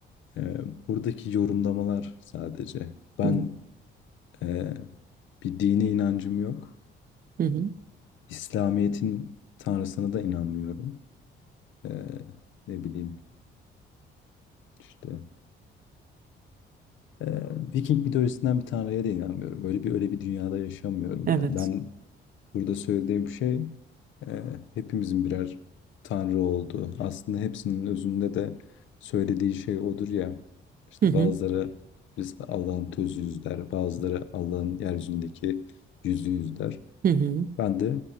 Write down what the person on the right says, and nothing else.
hı
hı, hı hı.
Evet.
Hı hı,
hı hı.